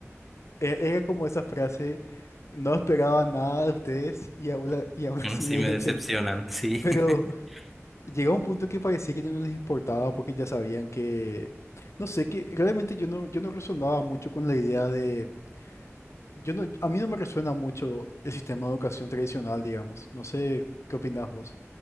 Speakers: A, on the left (about 65°); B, in the centre.
A: e- era como esa frase, no esperaba nada de ustedes y aún, la-
B: <laughs>
A: y aún así
B: Aún así
A: me decepcionó.
B: me decepcionan, sí.
A: Pero
B: <laughs>
A: llegó un punto que parecía que ya no les importaba porque ya sabían que, no sé, que realmente yo no, yo no resonaba mucho con la idea de, yo no, a mí no me resuena mucho el sistema de educación tradicional, digamos. No sé, ¿qué opinás vos?